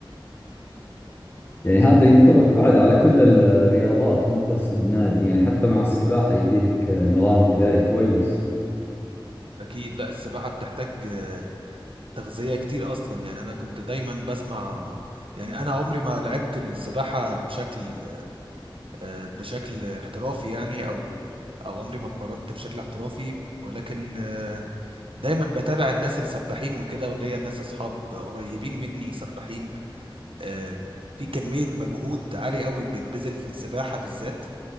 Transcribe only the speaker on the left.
يعني هذا ينطبق بعد على كل الرياضات مو بس النادي يعني حتى مع السباحة يبي لك نظام غذائي كويس